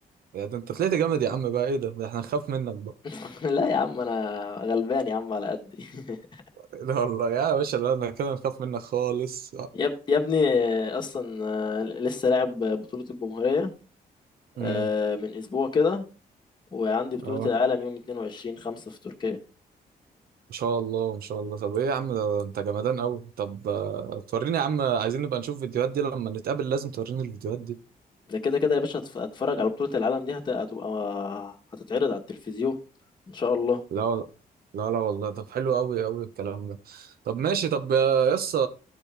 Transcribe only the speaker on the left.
<laughs> لا يا عم انا غلبان يا عم على قدي <laughs>
يا اب- يا ابني آه، اصلا آه، لسه لاعب بطولة الجمهورية
آه، من اسبوع كده وعندي بطولة
العالم يوم 22 5 في تركيا
ده كده كده يا باشا هتف- هتفرج على بطولة العالم دي هت- هتبقى هتتعرض على التلفزيون ان شاء الله